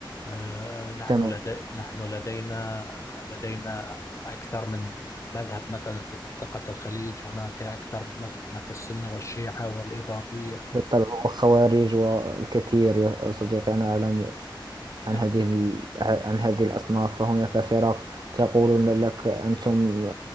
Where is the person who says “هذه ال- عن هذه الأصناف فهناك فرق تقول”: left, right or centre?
Right